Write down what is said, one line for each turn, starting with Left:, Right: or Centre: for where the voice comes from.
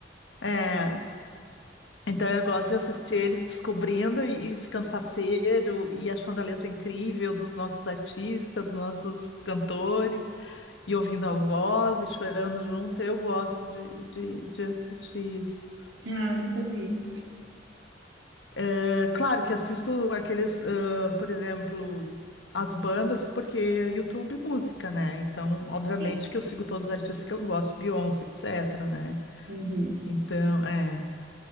Left: É, então eu gosto de assistir eles descobrindo e, e ficando faceiro e achando a letra incrível dos nossos artistas, dos nossos cantores, e ouvindo a voz e chorando junto. Eu gosto de, de, de assistir isso.
Right: Ah, nunca vi.
Left: Eh, claro que assisto aqueles, ah, por exemplo, as bandas, porque YouTube música, né? Então, obviamente
Right: Sim.
Left: que eu sigo todos os artistas que eu gosto, Beyoncé, etc, né?
Right: Uhum.
Left: Então, é.